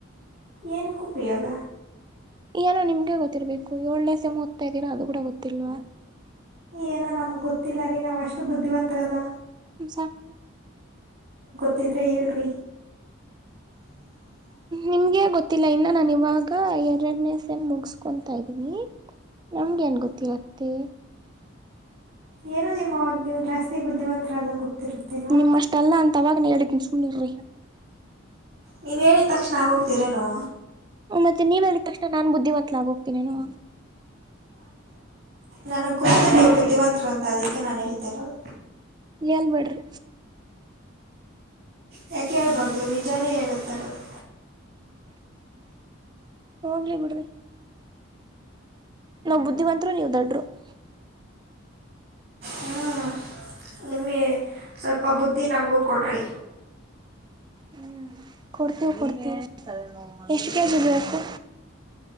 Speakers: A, on the right; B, on the right.
A: ಏದಕ್ಕ ಉಪಯೋಗ
B: ಏನೋ ನಿಮ್ಗೆ ಗೊತ್ತಿರ್ಬೇಕು ಎಳ್ನೋ ಸೇಮ್ ಓದತಾ ಇದ್ದೀರಾ ಅದು ಕೂಡ ಗೊತ್ತಿಲ್ವಾ?
A: ಏನೋ ನಮಗ್ ಗೊತ್ತಿಲ್ಲ ರೀ ನಾವ್ ಅಷ್ಟು ಬುದ್ಧಿವಂತರಲ್ಲ.
B: ಸಾಕ
A: ತ್ತಿದ್ರೆ ಹೇಳ್ರಿ. <unintelligible>
B: ನಿಮ್ಗೆ ಗೊತ್ತಿಲ್ಲ ಇನ್ನ ನಾನು ಇವಾಗ ಎರಡನೇ ಸೆಮ್ ಮುಗಸ್ಕೊತಾ ಇದ್ದೀನಿ. ನಮ್ಗೆನ ಗೊತ್ತಿರುತ್ತೆ.
A: ಏನೋ <inaudible> ನೀವು ಜಾಸ್ತಿ ಬುದ್ಧಿವಂತರಲ್ಲ ಗೊತ್ತಿರುತ್ತೇನೋ ಅಂತ
B: ನಿಮ್ಮಷ್ಟಲ್ಲ ಅಂತ ಅವಾಗನ ಹೇಳಿದೀನಿ ಸುಮ್ನಿರಿ.
A: ನೀವು ಹೇಳಿದ ತಕ್ಷಣ ಆಗಿ ಹೋಗ್ತೀರೇನು?
B: ಮತ್ತೆ ನೀವ ಹೇಳಿದ ತಕ್ಷಣ ನಾನ್ ಬುದ್ಧಿವತ್ಲಾಗ ಹೋಗ್ತೀನೇನು.
A: ನನಗ್ ಗೊತ್ತು ನೀವು ಬುದ್ಧಿವಂತರು ಅಂತ ಅದಕ್ಕೆ ನಾನು ಹೇಳ್ತಾ ಇರೋದು.
B: ಹೇಳ್ಬೇಡ್ರಿ.
A: ಯಾಕ ಹೇಳ್ಬಾರ್ದು ನಿಜಾನೇ ಹೇಳ್ತಾರೋದು.
B: ಹೋಗ್ಲಿ ಬಿಡ್ರಿ. ನಾವ ಬುದ್ಧಿವಂತರು ನೀವ ದಡ್ಡ್ರು. <inaudible>
A: ಹ್ಞೂ ನಿಮಗೆ ಸ್ವಲ್ಪ ಬುದ್ಧಿ ನಮಗೂ ಕೊಡ್ರಿ.
B: ಹ್ಮ್ ಕೊಡ್ತೇವಿ ಕೊಡ್ತೇವಿ ಎಷ್ಟು ಕೆಜಿ ಬೇಕು?